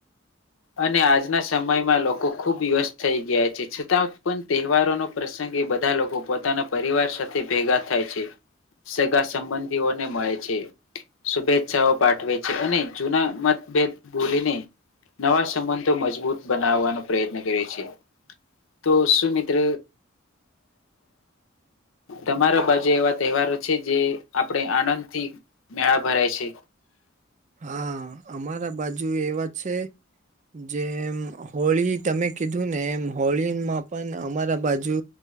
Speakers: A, on the left; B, on the right.
A: અને આજના સમયમાં લોકો લોકો ખૂબ વ્યસ્ત થઈ ગયા છે છતાં પણ તહેવારોનો પ્રસંગે બધા લોકો પોતાના પરિવાર સાથે ભેગા થાય છે સગા સંબંધીઓને મળે છે શુભેચ્છાઓ પાઠવે છે અને જૂના મતભેદ ભૂલીને નવા સંબંધો મજબૂત બનાવવાનો પ્રયત્ન કરએ છેી તો શું મિત્ર તમારા બાજુ એવા તહેવારો છે જે આપણે આનંદથી મેળા ભરાય છે
B: હા અમારા બાજુ એવા છે જેમ હોળી તમે કીધું ને એમ હોળીમાં પણ અમારા બાજુ